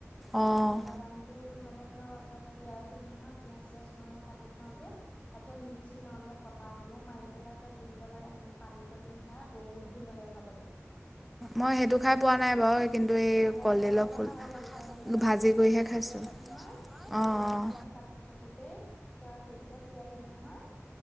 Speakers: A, in the centre; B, on the left.
A: অ',
B: কাজু বাদামটো মানে তই তিয়াই থলি নহয় পিয়াঁজ চিয়াঁজ নহৰু কাটি থওঁতে তাপিছত মিক্সিত নহ'লে পতা মাৰি পেলাই তাত দি দিব লাগে মানে পানী খতি মিহলাই বহুত ধুনীয়া লাগে খাবলে
A: মই সেইটো খাই পোৱা নাই বাৰু কিন্তু এই
B: সেনেকে
A: কলডিলৰ
B: তই বনাই
A: ফুল
B: খাই চা ভি তই মানে ধৰ
A: ভাজি
B: পিয়াঁজ
A: কৰিহে
B: নহৰু কাটি
A: খাইছোঁ।
B: আছ নহয়
A: অ',
B: পিয়াঁজ নহৰু কাটি থাকোতেই ত সেইকেইটা তিয়াই থলি নহয়